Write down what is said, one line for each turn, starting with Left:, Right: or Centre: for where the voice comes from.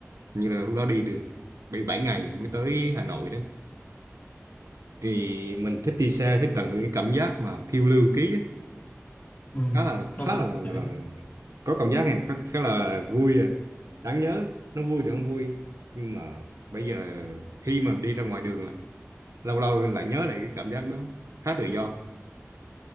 Right: như là lúc đó đi được bị 7 ngày mới tới Hà Nội đó thì mình thích đi xe thích tận hưởng cái cảm giác mà phiêu lưu ký á.
Left: ừ
Right: khá là khá
Left: tôi cũng
Right: là, là, là,
Left: thế
Right: là có cảm giác này khá, khá là vui à. đáng nhớ nó vui thì không vui nhưng mà bây giờ khi mà đi ra ngoài đường lâu lâu lại nhớ lại cái cảm giác đó khá tự do